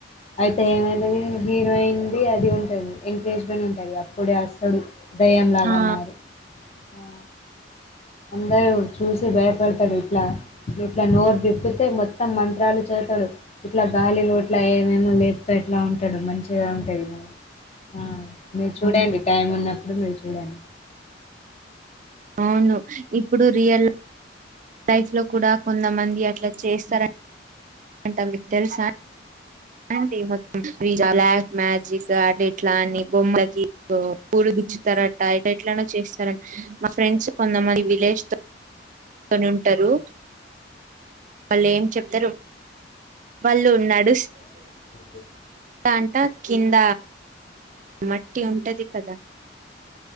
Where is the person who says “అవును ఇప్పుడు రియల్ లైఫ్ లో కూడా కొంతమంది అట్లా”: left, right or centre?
Right